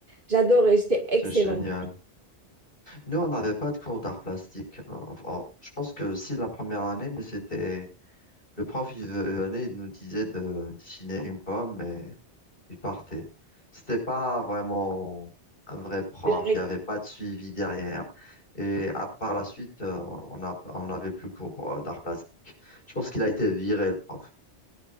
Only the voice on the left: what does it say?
C'est génial. Nous, on n'avait pas de cours d'art plastique. Enfin, oh, je pense que si la première année, mais c'était, le prof, il venait, il nous disait de dessiner une pomme il partait. C'était pas vraiment un vrai prof,
il n'y avait pas de suivi derrière. Et à, par la suite, euh, on a, on n'avait plus cours euh, d'art plastique. Je pense qu'il a été viré, le prof.